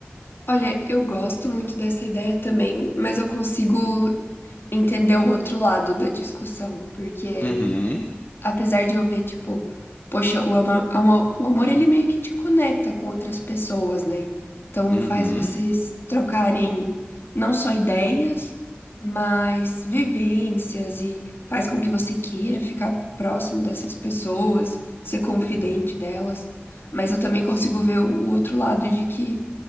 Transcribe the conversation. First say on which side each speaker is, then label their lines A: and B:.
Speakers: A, on the left; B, on the left.
A: Olha, eu gosto muito dessa ideia também, mas eu consigo entender o outro lado da discussão, porque
B: Uhum,
A: apesar de eu ver, tipo, poxa, o amor, o amor ele meio que te conecta com outras pessoas, né? Então
B: uhum,
A: faz vocês trocarem não só ideias, mas vivências e faz com que você queira ficar próximo dessas pessoas, ser confidente
B: uhum,
A: delas. Mas eu também consigo
B: sim,
A: ver o o outro lado de que